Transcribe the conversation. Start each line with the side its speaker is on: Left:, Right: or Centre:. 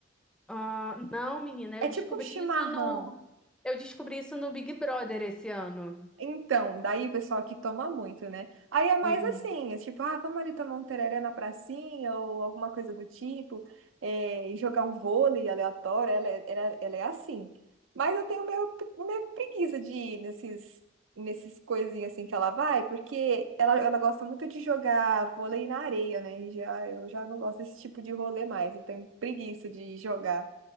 Centre: Ah, não, menina,
Right: É
Centre: eu
Right: tipo
Centre: descobri
Right: um chimarrão.
Centre: isso no, eu descobri isso no Big Brother esse ano.
Right: Então, daí o pessoal que toma muito, né? Aí é mais
Centre: Hum.
Right: assim, é tipo, ah, vamos ali tomar um tereré na pracinha ou alguma coisa do tipo, é, e jogar um vôlei aleatório, ela é, ela, ela é assim. Mas eu tenho meio, pre- meio preguiça de ir nesses, nesses coisinhas assim que ela vai, porque ela, ela gosta muito de jogar vôlei na areia, né? E já, eu já não gosto desse tipo de rolê mais, eu tenho preguiça de jogar.